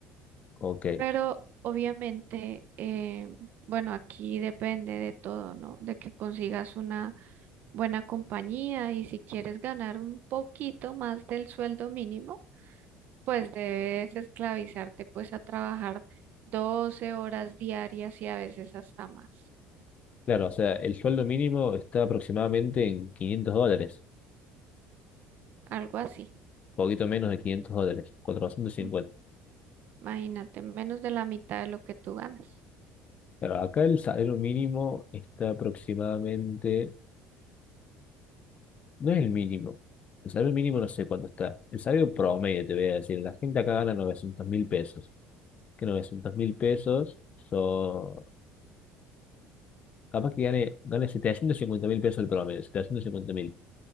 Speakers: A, on the left; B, on the right.
A: Ok.
B: Pero obviamente, eh, bueno, aquí depende de todo, ¿no? De que consigas una buena compañía y si quieres ganar un poquito más del sueldo mínimo, pues debes esclavizarte pues a trabajar 12 horas diarias y a veces hasta más,
A: Claro, o sea, el sueldo mínimo está aproximadamente en 500 dólares,
B: algo así.
A: poquito menos de 500 dólares, cuatrocientos cincuenta
B: Mm, Imagínate, menos de la mitad de lo que tú ganas.
A: Pero acá el salario mínimo está aproximadamente, no es el mínimo, el salario mínimo no sé cuánto está, el salario promedio te voy a decir, la gente acá gana novecientos mil pesos, que novecientos mil pesos son capaz que gane, gane setecientos cincuenta mil pesos el promedio, setecientos cincuenta mil.